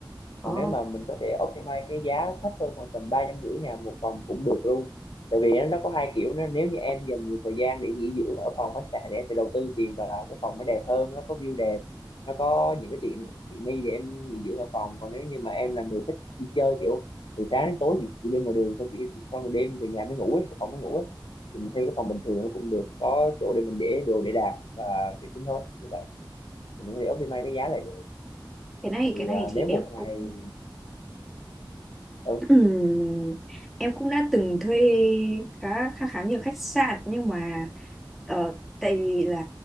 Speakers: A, in the centre; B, on the left.
A: Ồ,
B: còn nếu mà mình có thể optimize cái giá thấp hơn khoảng tầm ba trăm rưỡi ngàn một phòng cũng được luôn tại vì nó nó có hai kiểu nó nếu như em dành nhiều thời gian để nghỉ dưỡng ở phòng khách sạn thì em sẽ đầu tư tiền vào cái phòng nó đẹp hơn nó có view đẹp nó có những cái tiện tiện nghi để em nghỉ dưỡng ở phòng còn nếu như mà em là người thích đi chơi kiểu từ sáng đến tối thì chỉ đi ngoài đường thôi chỉ xong rồi đêm về nhà mới ngủ ấy phòng mới ngủ ấy thì mình thuê cái phòng bình thường nó cũng được có chỗ để mình để đồ để đạc và vệ sinh thôi như vậy thì mình có thể optimize cái giá lại được
A: cái này
B: thì
A: cái này
B: à,
A: thì
B: nếu
A: em
B: một ngày
A: cũng
B: ừ,
A: Ừm, em cũng đã từng thuê khá khá khá nhiều khách sạn nhưng mà ờ, tại vì là